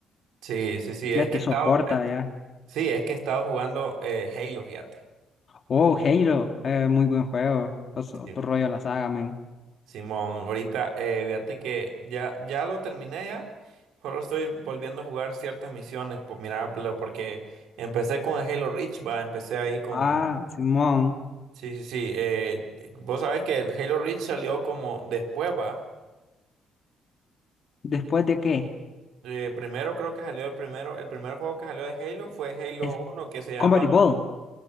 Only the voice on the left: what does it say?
ya te
soporta,
ya.
Oh, Halo, eh, muy buen juego, es otro
rollo la saga, man.
Ah, Simón,
¿después de qué?
Es
Combat Ball.